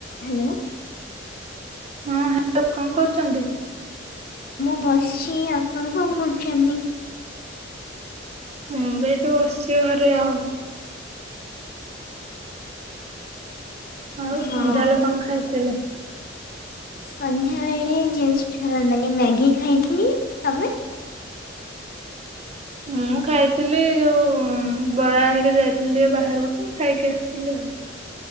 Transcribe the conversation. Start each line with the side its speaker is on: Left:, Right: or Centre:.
Left: Hello.
Right: ହଁ hello କଣ କରୁଛନ୍ତି?
Left: ମୁଁ ବସିଛି ଆପଣ କଣ କହୁଛନ୍ତି?
Right: ମୁଁ ବି ବସିଛି ଘରେ ଆଉ। ଆଉ
Left: ହଁ
Right: ସନ୍ଧ୍ୟାବେଳେ କଣ ଖାଇଥିଲେ?
Left: ସନ୍ଧ୍ୟାବେଳେ ମାନେ ମ୍ୟାଗି ଖାଇଥିଲି ତମେ।
Right: ମୁଁ ଖାଇଥିଲି ଯୋଉ ବରା ହେଇକି ଯାଇଥିଲି ଟିକେ ବାହାରକୁ ତ ଖାଇକି ଆସିଥିଲି ଆଉ।